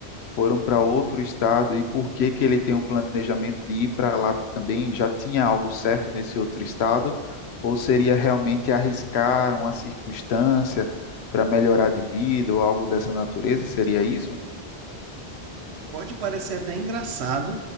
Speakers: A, on the left; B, on the right.
A: foram para outro estado e por que que ele tem um planejamento de ir para lá também? Já tinha algo certo nesse outro estado? Ou seria realmente arriscar uma circunstância para melhorar de vida ou algo dessa natureza? Seria isso?
B: Pode parecer até engraçado,